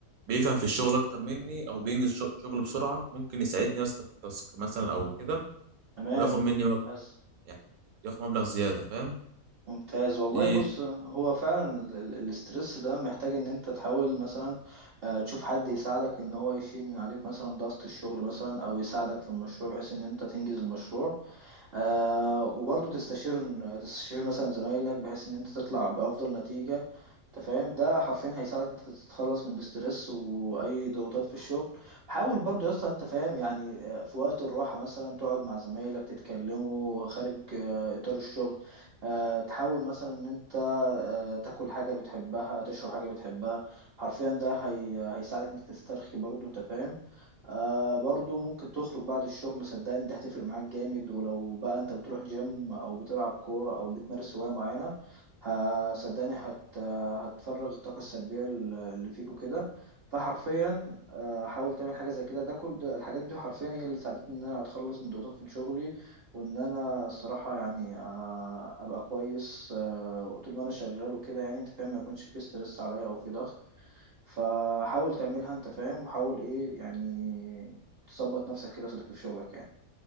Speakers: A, on the right; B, on the right.
A: بيفهم في الشغل اكتر مني او بينجز شغ- شغل بسرعه ممكن يساعدني يا اسطى في التاسك مثلا او كده
B: تمام
A: وياخد مني مبلغ
B: بس
A: يعني ياخد مبلغ زيادة فاهم
B: ممتاز والله
A: ايه
B: بص هو فعلا ال- ال- الاسترس ده محتاج ان انت تحاول مثلا آه، تشوف حد يساعدك ان هو يشيل من عليك مثلا ضغط الشغل مثلا او يساعدك في المشروع بحيث ان انت تنجز المشروع آه وبرضه تستشير تستشير مثلا زمايلك بحيث ان انت تطلع بافضل نتيجة انت فاهم ده حرفيا هيساعدك انت تتخلص من الاسترس واي ضغوطات في الشغل حاول برضو يا اسطى انت فاهم يعني آه، في وقت الراحه مثلا تقعد مع زمايلك تتكلموا خارج آه، اطار الشغل آه، تحاول مثلا ان انت آه، تاكل حاجه بتحبها تشرب حاجه بتحبها حرفيا ده هي هيساعدك انت تسترخي برضو انت فاهم آه برضو ممكن تخرج بعد الشغل صدقني دي هتفرق معاك جامد ولو بقى انت بتروح جيم او بتلعب كورة او بتمارس هواية معينة ه- صدقني هت هتفرغ الطاقة السلبية اللي فيك وكده فحرفيا آه، حاول تعمل حاجة زي كده ده كل ده الحاجات دي حرفيا هي اللي ساعدتني ان انا اتخلص من ضغوطات في شغلي وان انا الصراحة يعني آه، ابقى كويس آه، طول ما انا شغال وكده يعني انت فاهم ما يكونش في ستريس عليا او في ضغط فحاول تعملها انت فاهم وحاول ايه يعني تظبط نفسك كده يا صديقي في شغلك يعني